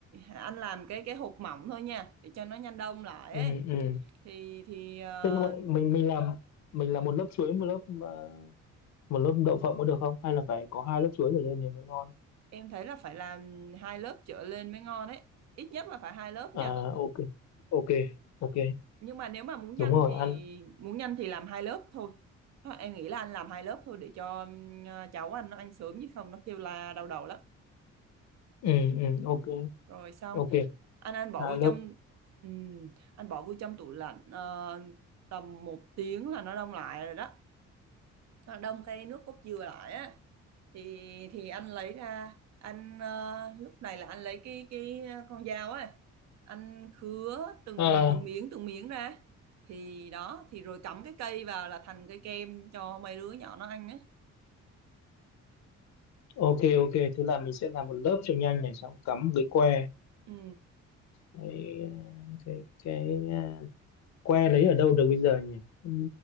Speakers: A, on the right; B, on the left.
A: anh làm cái cái hộp mỏng thôi nha để cho nó nhanh đông lại
B: ừ,
A: ấy.
B: ừ.
A: thì thì ờ,
B: Thế nhưng mà mình mình làm mình làm một lớp chuối một lớp à, một lớp đậu phộng có được không? Hay là phải có hai lớp chuối trở lên thì mới ngon?
A: em thấy là phải làm hai lớp trở lên mới ngon ấy ít nhất là phải hai lớp
B: À
A: nha
B: ok ok ok
A: nhưng mà nếu mà muốn nhanh
B: đúng rồi
A: thì
B: ăn.
A: muốn nhanh thì làm hai lớp thôi Thôi, em nghĩ là anh làm hai lớp thôi để cho ừm, cháu anh nó ăn sớm chứ không nó kêu la đau đầu lắm
B: Ừ, ừ ok
A: rồi xong
B: ok
A: anh anh bỏ
B: hai
A: vô
B: lớp.
A: trong ừm, anh bỏ vô trong tủ lạnh ờ, tầm một tiếng là nó đông lại rồi đó nó đông cái nước cốt dừa lại á thì thì anh lấy ra anh ờ, lúc này là anh lấy cái cái con dao ấy anh khứa từng
B: À,
A: từng miếng từng miếng ra thì đó thì rồi cắm cái cây vào là thành cây kem cho mấy đứa nhỏ nó ăn ấy
B: ok ok thế là mình sẽ làm một lớp cho nhanh này xong cắm một cái que
A: ừ.
B: cái cái cái à, que lấy ở đâu được bây giờ nhỉ Ừ,